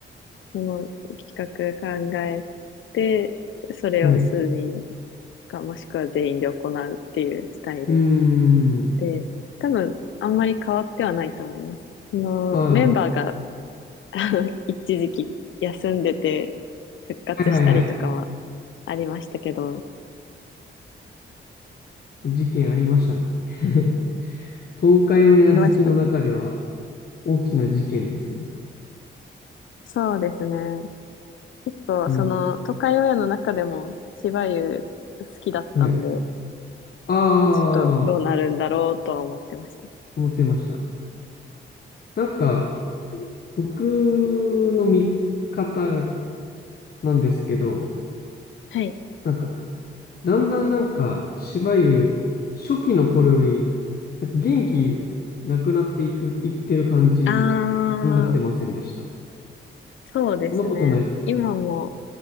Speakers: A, on the left (about 70°); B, on the left (about 50°).
A: その企画考えて、それを数人
B: はい。
A: かもしくは全員で行うっていうスタイル
B: うーん。
A: で、多分あんまり変わってはないと思います。そのメンバーが
B: ああ、は
A: <laughs> 一時期休んでて復活したりとかは
B: いはいはい。
A: ありましたけど、
B: 事件ありましたね。<laughs> 東海オンエア好きの中では
A: 見ましたね。
B: 大きな事件ですよね。
A: そうですね。そう、
B: うん。
A: その、都会親の中でも、芝生好きだったんで、
B: はい。あ
A: ちょっとどうなるんだろうとは思ってました。
B: あ、思ってました。なんか、僕の見方がなんですけど、
A: はい。
B: なんか、だんだんなんか、しばゆ初期の頃より、なんか元気なくなっていく、いってる感じになってませんでした。
A: あー、そうですね。
B: そんなことないですか
A: 今も